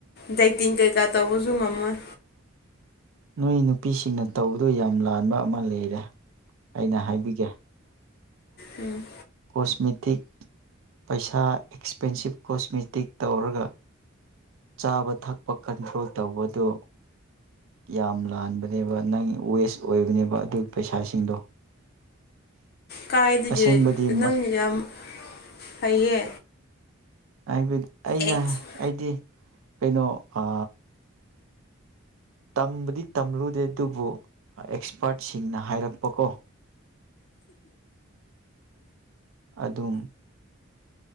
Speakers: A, on the left (about 50°); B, on the right (about 75°).
A: ꯗꯥꯏꯇꯤꯡ ꯀꯩꯀꯥ ꯇꯧꯕꯁꯨ ꯉꯝꯃꯣꯏ
B: ꯅꯨꯣꯏ ꯅꯨꯄꯤꯁꯤꯡꯅ ꯇꯧꯕꯗꯨ ꯌꯥꯝ ꯂꯥꯟꯕ ꯑꯃ ꯂꯩꯔꯦ ꯑꯩꯅ ꯍꯥꯏꯕꯤꯒꯦ
A: ꯎꯝ
B: ꯀꯣꯁꯃꯤꯇꯤꯛ ꯄꯩꯁꯥ ꯑꯦꯛꯁꯄꯦꯟꯁꯤꯞ ꯀꯣꯁꯃꯦꯇꯤꯛ ꯇꯧꯔꯒ ꯆꯥꯕ ꯊꯛꯄ ꯀꯟꯇ꯭ꯔꯣꯜ ꯇꯧꯕꯗꯨ ꯌꯥꯝ ꯂꯥꯟꯕꯅꯦꯕ ꯅꯪ ꯋꯦꯁ ꯑꯣꯏꯕꯅꯦꯕ ꯑꯗꯨꯒꯤ ꯄꯩꯁꯥꯁꯤꯡꯗꯣ
A: ꯀꯥꯏꯗꯒꯦ
B: ꯑꯁꯦꯡꯕꯗꯤ
A: ꯅꯪ ꯌꯥꯝ ꯍꯩꯌꯦ
B: ꯍꯥꯏꯕꯠ ꯑꯩꯅ
A: ꯑꯦꯛꯁ
B: ꯑꯩꯗꯤ ꯀꯩꯅꯣ ꯑ ꯇꯝꯕꯗꯤ ꯇꯝꯂꯨꯗꯦ ꯑꯗꯨꯕꯨ ꯑꯦꯛꯁꯄꯥꯔꯠꯁꯤꯡꯅ ꯍꯥꯏꯔꯛꯄꯀꯣ ꯑꯗꯨꯝ